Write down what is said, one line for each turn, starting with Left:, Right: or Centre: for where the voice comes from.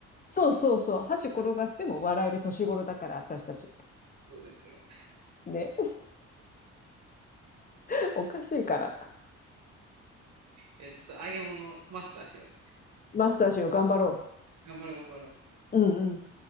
Left: そうそうそう。箸転がっても笑える年頃だから、私たち。
Right: そうですよ。
Left: ね <laughs> おかしいから。
Right: いや、ちょっと揚げ物マスターしよう。
Left: マスターしよう、頑張ろ
Right: 頑張ろう、頑張ろう。
Left: う。うんうん。